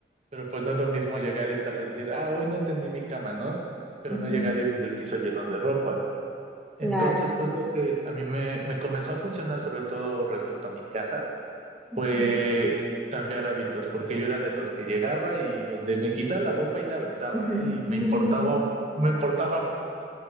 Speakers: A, on the right; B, in the centre.
A: pero pues no es lo mismo llegar y tal vez decir, ah, hoy no tendí mi cama, ¿no? Pero
B: ujú,
A: no llegar y ver el piso lleno de ropa. Entonces,
B: claro.
A: pues lo que a mí me, me comenzó a funcionar, sobre todo respecto a mi casa,
B: ujú,
A: fue cambiar hábitos, porque yo era de los que llegaba y donde me quitaba la ropa y la aventaba,
B: ujú,
A: ¿eh? y me importaba,
B: <laughs>
A: me importaba poco.